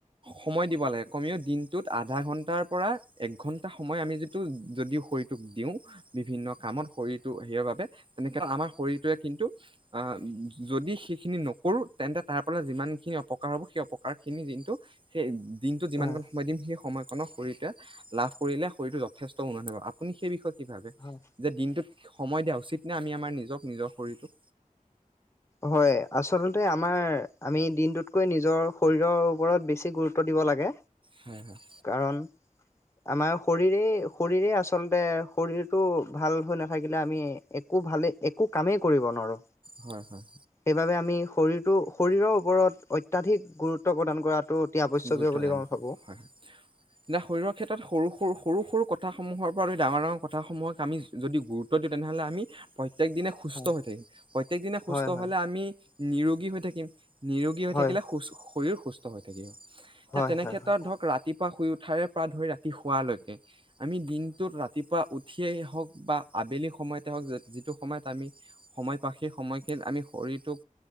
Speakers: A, on the right; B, on the left.
A: সময় দিব লাগে। কমেও দিন টোত আধা ঘন্টাৰ পৰা এক ঘন্টা সময় আমি যিটো যদিও শৰীৰটোক দিওঁ বিভিন্ন কামত শৰীৰ টো সেই বাবে তেনেকে আমাৰ শৰীৰটোৱে কিন্তু আহ যদি সেইখিনি নকৰোঁ তেন্তে তাৰ পৰা যিমানখিনি অপকাৰ হ'ব সেই অপকাৰখিনি যোনটো সেই দিনটোত যিমানকণ
B: হয়
A: সময় দিম সেই সময়কণক শৰীৰটোৱে লাভ কৰিলে শৰীৰটো যথেষ্ট উন্নত হ'ব। আপুনি সেই বিষয়ে কি ভাবে,
B: হয়
A: যে দিনটোত সময় দিয়া উচিত নে আমি আমাৰ নিজক নিজৰ শৰীৰটোক
B: হয়। আচলতে আমাৰ আমি দিনটোতকৈ নিজ নিজৰ শৰীৰৰ ওপৰত বেছি গুৰুত্ব দিব লাগে,
A: হয় হয়
B: কাৰণ আমাৰ শৰীৰেই শৰীৰেই আচলতে শৰীৰটো ভাল হৈ নাথাকিলে আমি একো ভালেই একো কামেই কৰিব নোৱাৰো,
A: হয় হয়
B: সেইবাবে আমি শৰীৰটো শৰীৰৰ ওপৰত অত্যাধিক গুৰুত্ব প্ৰদান কৰাটো অতি আৱশ্যকীয়
A: গুৰুত্ব প্ৰদান
B: বুলি মই
A: কৰোঁ
B: ভাবো।
A: হয় হয় এতিয়া শৰীৰৰ ক্ষেত্ৰত সৰু-সৰু সৰু-সৰু কথাসমূহৰ পৰা ডাঙৰ ডাঙৰ কথামূহক আমি যদি গুৰুত্ব দিওঁ তেনে হ'লে আমি প্ৰ ত্যেক দিনে সুস্থ
B: হয়
A: হৈ থাকিম প্ৰত্যেক দিনে সুস্থ
B: হয়
A: হলে, আমি নিৰোগী হৈ থাকিম। নিৰোগী হৈ
B: হয়
A: থাকিলে, সু শৰীৰ সুস্থ হৈ থাকিব।
B: হয়
A: তেনে
B: হয় হয়
A: ক্ষেত্ৰত ধৰক ৰাতিপুৱা শুই উঠ শাৰে পৰা ধৰি ৰাতি শোৱালৈকে আমি দিনটোত ৰাতিপুৱা উঠ ঠিয়েই হওঁক বা আবেলি সময়তে হওঁক যিটো সময়ত আমি সময় বা সেই সময়খিনিত আমি শৰীৰ টোক